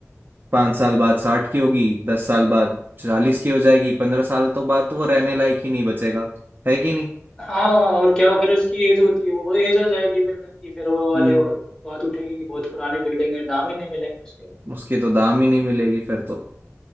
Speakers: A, on the right; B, on the left.
A: पाँच साल बाद साठ की होगी दस साल बाद चालीस की हो जाएगी पंद्रह साल तो बाद तो वो रहने लायक ही नहीं बचेगा है कि नहीं
B: हाँ हाँ, और क्या फिर उसकी एज होती है वो एज हो जाएगी बिल्डिंग की फिर वो वाले
A: हम्म
B: हो, बात उठेगी कि बहुत पुरानी बिल्डिंग है दाम ही नहीं मिलेंगे उसके
A: उसकी तो दाम ही नहीं मिलेगी फिर तो